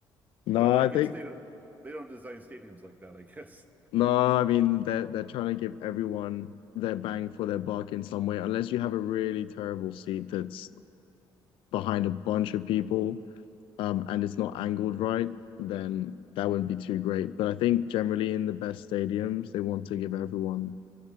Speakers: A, on the left; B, on the right.
A: No,
B: But I
A: I
B: guess
A: think
B: they don't they don't design stadiums like that, I guess.
A: no, I mean they're they're trying to give everyone their bang for their buck in some way, unless you have a really terrible seat that's behind a bunch of people um, and it's not angled right, then that wouldn't be too great. But I think generally in the best stadiums, they want to give everyone,